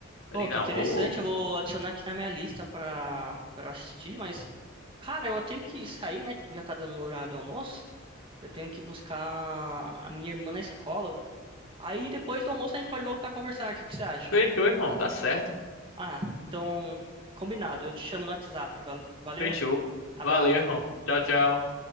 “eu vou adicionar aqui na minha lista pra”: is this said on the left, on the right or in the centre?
Right